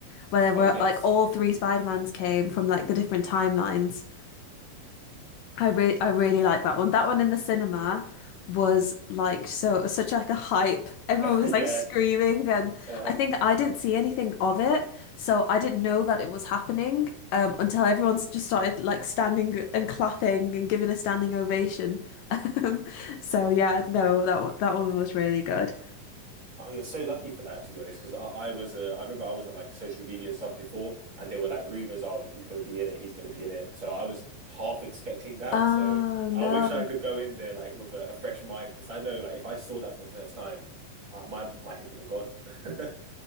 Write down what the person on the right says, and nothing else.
Oh, yes.
<laughs>
Yeah.
Uh-huh.
Oh, you're so lucky for that, to be honest, because I, I was uh, I remember I was on like social media and stuff before, and there were like rumors, oh, he's gonna be in it, he's gonna be in it. So I was half expecting that.
So
I wish I could go in there like with a, a fresh mind, because I know like if I saw that for the first time, uh, my my head would have gone. <laughs>